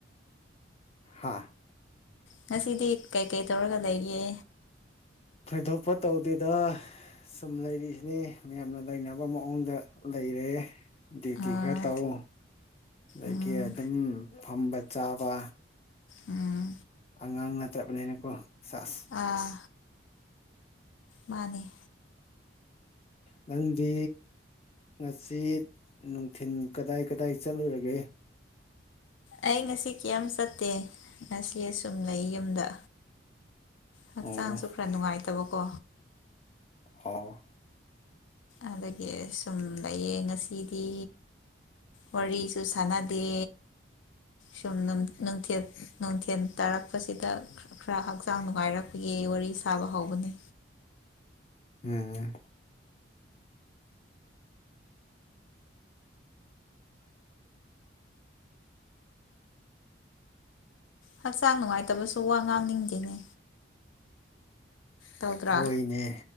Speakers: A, on the left (about 30°); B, on the left (about 80°).
A: ꯍꯥꯥ
B: ꯉꯁꯤꯗꯤ ꯀꯩꯀꯩ ꯇꯧꯔꯒ ꯂꯩꯒꯦ
A: ꯊꯣꯏꯗꯣꯛꯄ ꯇꯧꯗꯦꯗ ꯁꯨꯝ ꯂꯩꯔꯤꯁꯤꯅꯤ ꯃꯌꯥꯝꯅ ꯂꯩꯅꯕ ꯃꯑꯣꯡꯗ ꯂꯩꯔꯦ ꯗ꯭ꯌꯨꯇꯤ
B: ꯑꯥ
A: ꯈꯔ ꯇꯧ ꯑꯗꯒꯤ
B: ꯎꯝ
A: ꯑꯗꯨꯝ ꯐꯝꯕ ꯆꯥꯕ
B: ꯎꯝ
A: ꯑꯉꯥꯡ ꯅꯠꯇ꯭ꯔꯕꯅꯤꯅꯀꯣ ꯁꯦꯁ
B: ꯑꯥ ꯃꯥꯅꯦ
A: ꯅꯪꯗꯤ ꯉꯁꯤ ꯅꯨꯡꯊꯤꯜ ꯀꯗꯥꯏ ꯀꯗꯥꯏ ꯆꯠꯂꯨꯔꯒꯦ
B: ꯑꯩ ꯉꯁꯤ ꯀꯦꯝ ꯆꯠꯇꯦ ꯉꯁꯤ ꯑꯁꯨꯝ ꯂꯩ ꯌꯨꯝꯗ ꯍꯛꯆꯥꯡꯁꯨ
A: ꯑꯣ
B: ꯈꯔ ꯅꯨꯡꯉꯥꯏꯇꯕꯀꯣ
A: ꯑꯣ
B: ꯑꯗꯨꯒꯤ ꯁꯨꯝ ꯂꯩꯌꯦ ꯉꯁꯤꯗꯤ ꯋꯥꯔꯤꯁꯨ ꯁꯥꯟꯅꯗꯦ ꯁꯨꯝ ꯅꯨꯡꯊꯤꯜ ꯅꯨꯡꯊꯤꯜ ꯇꯥꯔꯛ ꯄꯁꯤꯗ ꯈꯔ ꯍꯛꯆꯥꯡ ꯅꯨꯡꯉꯥꯏꯔꯛꯄꯒꯤ ꯋꯥꯔꯤ ꯁꯥꯕ ꯍꯧꯕꯅꯤ
A: ꯎꯝ
B: ꯍꯛꯆꯥꯡ ꯅꯨꯡꯉꯥꯏꯇꯕꯁꯨ ꯋꯥ ꯉꯥꯡꯅꯤꯡꯗꯦꯅꯦ ꯇꯧꯗ꯭ꯔꯥ
A: ꯍꯣꯏꯅꯦ